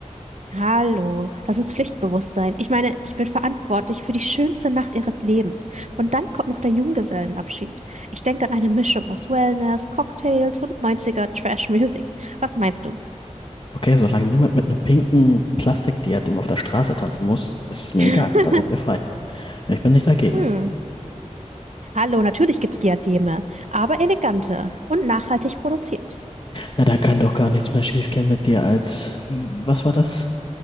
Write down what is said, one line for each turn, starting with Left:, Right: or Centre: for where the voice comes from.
Right: Hallo, das ist Pflichtbewusstsein. Ich meine, ich bin verantwortlich für die schönste Nacht ihres Lebens. Und dann kommt noch der Junggesellenabschied. Ich denke an eine Mischung aus Wellness, Cocktails und 90er Trash Music. Was meinst du?
Left: okay, solange niemand mit einem pinken Plastikdiadem auf der Straße tanzen muss, ist es mir
Right: <laughs>
Left: egal. Da seid ihr frei. Ich bin nicht dagegen.
Right: Hm. Hallo, natürlich gibt's Diademe, aber elegante und nachhaltig produziert.
Left: Na, dann kann doch gar nichts mehr schiefgehen mit dir als, was war das?